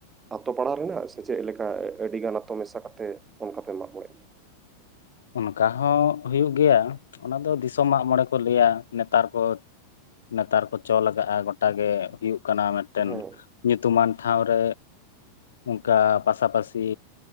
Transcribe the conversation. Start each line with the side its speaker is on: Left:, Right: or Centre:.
Right: ᱟᱛᱳ ᱯᱟᱲᱟ ᱨᱮᱱᱟᱜ ᱥᱮ ᱪᱮᱜ ᱞᱮᱠᱟ ᱟᱹᱰᱤᱜᱟᱱ ᱟᱛᱳ ᱢᱮᱥᱟ ᱠᱟᱛᱮᱜ ᱚᱱᱠᱟ ᱯᱮ ᱢᱟᱜ ᱢᱚᱲᱮᱜ ᱜᱮᱭᱟ?
Left: ᱚᱱᱠᱟ ᱦᱚᱸ ᱦᱩᱭᱩᱜ ᱜᱮᱭᱟ ᱚᱱᱟ ᱫᱚ ᱫᱤᱥᱚᱢ ᱢᱟᱜ ᱢᱚᱲᱮ ᱠᱚ ᱞᱟᱹᱭᱟ᱾ ᱱᱮᱛᱟᱨ ᱠᱚ ᱱᱮᱛᱟᱨ ᱠᱚ ᱪᱚᱞ ᱟᱠᱟᱜᱼᱟ᱾ ᱜᱚᱴᱟ ᱜᱮ ᱦᱩᱭᱩᱜ ᱠᱟᱱᱟ ᱢᱮᱜᱴᱮᱱ
Right: ᱦᱮᱸ
Left: ᱧᱩᱛᱩᱢᱟᱱ ᱴᱷᱟᱶ ᱨᱮ ᱚᱱᱠᱟ ᱯᱟᱥᱟᱯᱟᱥᱤ